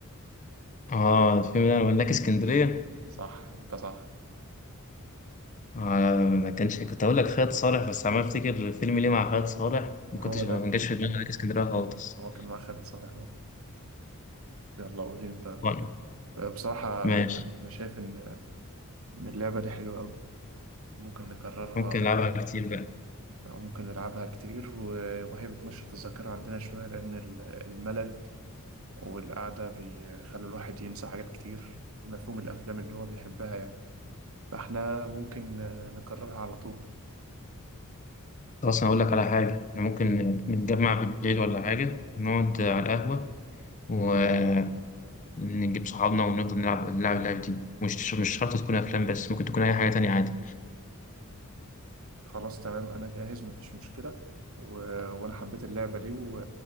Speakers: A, on the left (about 35°); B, on the right (about 65°).
A: اه الفيلم ده ملاك اسكندرية
B: صح انت صح
A: آه ما كانش كنت اقول لك خالد صالح بس عمال افتكر فيلم ليه مع خالد صالح ما
B: هو
A: كنتش
B: ده
A: ما جاش في دماغي ملاك اسكندرية خالص
B: هو كان مع خالد صالح يلا قولي انت
A: طيب،
B: آه، بصراحة آه،
A: ماشي
B: أنا شايف إن إن اللعبة دي حلوة أوي ممكن نكررها
A: ممكن العبها كتير بقى
B: أو ممكن نلعبها كتير و- وهي بتنشط الذاكرة عندنا شوية لأن ال- الملل والقعدة بيخلي الواحد ينسى حاجات كتير مفهوم الأفلام اللي هو بيحبها يعني فإحنا ممكن آه، نكررها على طول
A: خلاص أنا أقول لك على حاجة إحنا ممكن نتجمع بالليل ولا حاجة ونقعد على القهوة ونجيب صحابنا ونفضل نلعب نلعب اللعبة دي مش مش شرط تكون أفلام بس ممكن تكون أي حاجة تانية عادي
B: خلاص تمام أنا جاهز مفيش مشكلة و... وأنا حبيت اللعبة دي و...